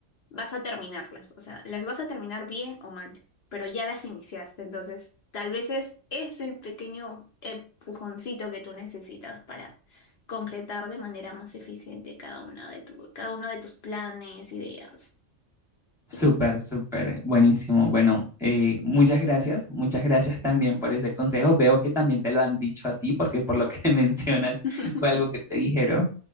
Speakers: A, on the left; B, in the centre.
A: vas a terminarlas, o sea, las vas a terminar bien o mal, pero ya las iniciaste, entonces tal vez es, es el pequeño empujoncito que tú necesitas para concretar de manera más eficiente cada una de tu, cada uno de tus planes, ideas.
B: Súper,
A: y co-
B: súper, buenísimo. Bueno, eh, muchas gracias, muchas gracias también por ese consejo. Veo que también te lo han dicho a ti, porque por lo que <laughs> mencionas
A: <laughs>
B: fue algo que te dijeron.